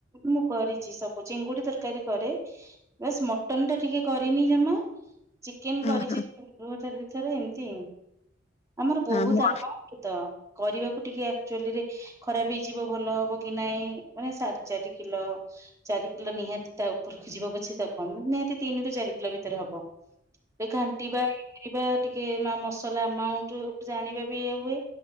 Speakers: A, on the right; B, on the left.
A: ମୁଁ କରିଛି ସବୁ ଚିଙ୍ଗୁଡି ତରକାରୀ କରେ ବାସ ମଟନ୍ ଟା ଟିକେ କରିନି ଜମା ଚିକେନ୍
B: ହଁ
A: କରିଛି ଥରେ ଏମତି। ଆମର ବହୁତ
B: ହଁ ମଟନ
A: ଆମାଉଣ୍ଟତ କରିବାକୁ ଟିକେ ଆଚୁଲିରେ ଖରାପ ହେଇଯିବ ଭଲ ହବ କି ନାଇଁ ମାନେ ସାଢେ ଚାରି କିଲୋ। ଚାରି କିଲୋ ନିହାତି ତା ଉପରକୁ ଯିବା ପଛେ ତ କମୁନି। ତିନି ରୁ ଚାରି କିଲୋ ଭିତରେ ହବ ଘାଣ୍ଟିବା <unintelligible> କରିବା। ଟିକେ ନା ମସଲା ଆମାଉଣ୍ଟ ଜାଣିବା ବି ଇଏ ହୁଏ